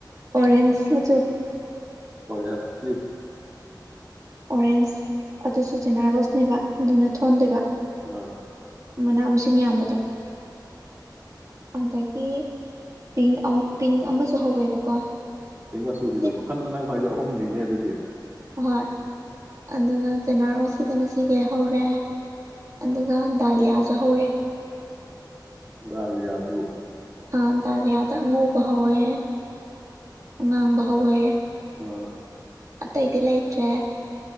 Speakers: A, on the right (about 45°); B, on the right (about 30°).
A: ꯑꯣꯔꯦꯟꯖ ꯃ
B: ꯑꯣꯔꯦꯟꯁꯀꯤ
A: ꯑꯣꯔꯦꯟꯁ ꯑꯗꯨꯁꯨ ꯆꯤꯅꯥ ꯔꯣꯁꯅꯦꯕ ꯑꯗꯨꯅ ꯊꯣꯟꯗꯕ
B: ꯑꯥ
A: ꯃꯅꯥ ꯃꯁꯤꯡ ꯌꯥꯝꯕꯗꯣ ꯑꯗꯒꯤ ꯄꯤꯡ ꯄꯤꯡ ꯑꯃꯁꯨ ꯍꯧꯋꯦꯕꯀꯣ
B: ꯄꯤꯡ ꯃꯆꯨꯗꯣ
A: ꯁꯤ
B: ꯃꯈꯟ ꯅꯪ ꯍꯥꯏꯗꯣ ꯑ ꯍꯨꯝꯅꯤꯅꯦ ꯑꯗꯨꯗꯤ
A: ꯍꯣꯏ ꯑꯗꯨꯒ ꯆꯤꯅꯥꯔꯣꯁꯀꯤꯗꯅ ꯁꯤ ꯈꯩ ꯍꯧꯔꯦ ꯑꯗꯨ ꯒ ꯗꯥꯂꯤꯌꯥꯁꯨ ꯍꯧꯔꯦ
B: ꯗꯂꯤꯌꯥꯖꯨ
A: ꯑ ꯗꯂꯤꯌꯥ ꯑꯉꯧꯕ ꯍꯧꯋꯦ ꯑꯉꯥꯡꯕ ꯍꯧꯋꯦ
B: ꯑꯥ
A: ꯑꯇꯩꯗꯤ ꯂꯩꯇ꯭ꯔꯦ